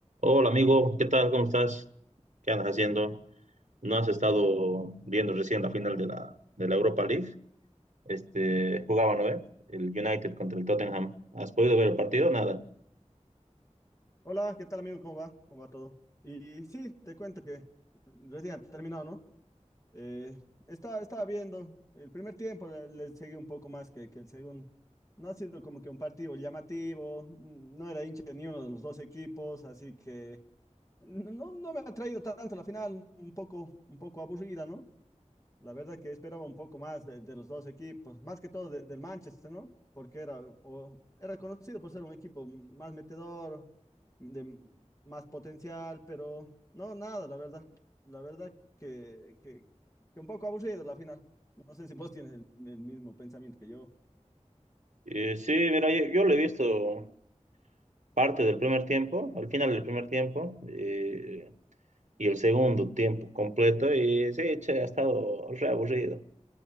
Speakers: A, on the right; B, on the left.
A: Hola amigo, ¿qué tal? ¿Cómo estás? ¿Qué andas haciendo? ¿No has estado viendo recién la final de la, de la Europa League? Este, jugaban, ¿no? eh? El United contra el Tottenham. ¿Has podido ver el partido? Nada.
B: Hola, ¿qué tal amigo? ¿Cómo va? ¿Cómo va todo? Y sí, te cuento que recién ha terminado, ¿no? Eh, estaba, estaba viendo el primer tiempo, le, le seguí un poco más que, que el segundo. No ha sido como que un partido llamativo, mm, no era hincha de ni uno de los dos equipos, así que no, no me ha traído tanto la final, un poco, un poco aburrida, ¿no? La verdad que esperaba un poco más de, de los dos equipos, más que todo de- del Manchester, ¿no? Porque era, o- era conocido por ser un equipo más metedor, de más potencial, pero no, nada, la verdad. La verdad que, que, que un poco aburrido la final. No sé si vos tienes el, el mismo pensamiento que yo.
A: Eh, sí, mira, yo, yo lo he visto parte del primer tiempo, al final del primer tiempo, eh, y el segundo tiempo completo, y sí, che, ha estado re aburrido.